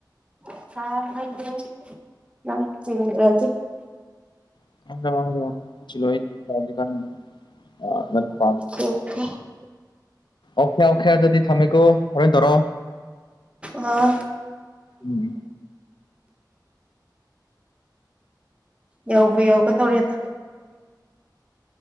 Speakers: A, on the right; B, on the left.
A: <unintelligible>
B: <unintelligible>
A: <unintelligible>
B: ꯑꯣꯀꯦ ꯑꯣꯀ‌ꯦ ꯑꯗꯨꯗꯤ ꯊꯥꯃꯦꯀ‌ꯣ ꯍꯣꯔ‌ꯦꯟ ꯇꯧꯔꯣ
A: ꯑ‌ꯥ
B: ꯎꯝ
A: ꯌꯧꯕꯨ ꯌꯧꯒꯗꯧꯔ‌ꯦꯗ